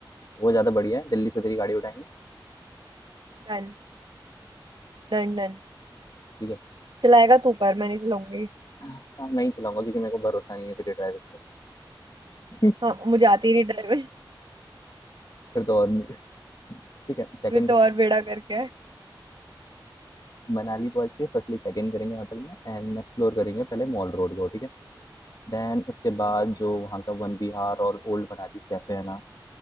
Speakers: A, on the left (about 50°); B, on the right (about 75°).
A: वो ज़्यादा बढ़िया है दिल्ली से तेरी गाड़ी उठाएंगे
B: डन Done done
A: ठीक है
B: चलाएगा तू पर मैं नहीं चलाऊंगी
A: हाँ, मैं ही चलाऊंगा क्योंकि मेरे को भरोसा नहीं है तेरे ड्राइविंग पर <laughs>
B: हाँ मुझे आती ही नहीं ड्राइविंग
A: फिर तो और नहीं ठीक
B: <laughs>
A: है चेक
B: मैं
A: इन
B: तो
A: करेंगे
B: और बेड़ा करके
A: मनाली पहुंच के फर्स्टली चेक इन करेंगे होटल में एंड एक्सप्लोर करेंगे पहले मॉल रोड को ठीक है देन उसके बाद जो वहाँ का वन विहार और ओल्ड मनाली कैफे है ना